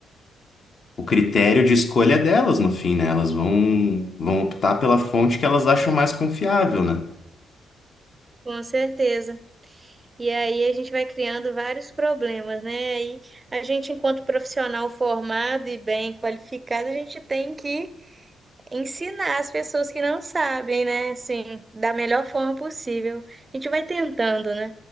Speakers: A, on the left; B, on the right.
A: o critério de escolha é delas no fim, né? Elas vão, vão optar pela fonte que elas acham mais confiável, né?
B: Com certeza. E aí a gente vai criando vários problemas, né? Aí a gente, enquanto profissional formado e bem qualificado, a gente tem que ensinar as pessoas que não sabem, né? Assim, da melhor forma possível. A gente vai tentando, né?